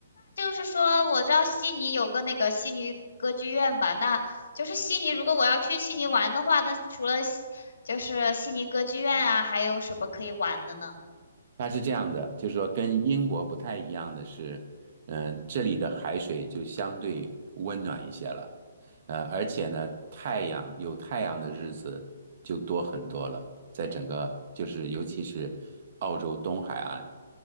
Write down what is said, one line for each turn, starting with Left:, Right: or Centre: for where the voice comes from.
Left: 就是说我知道悉尼有个那个悉尼歌剧院吧，那就是悉尼，如果我要去悉尼玩的话，那除了悉就是悉尼歌剧院啊，还有什么可以玩的呢？
Right: 它是这样的，就是说跟英国不太一样的是，嗯、这里的海水就相对温暖一些了，呃，而且呢，太阳有太阳的日子就多很多了，在整个就是尤其是澳洲东海岸。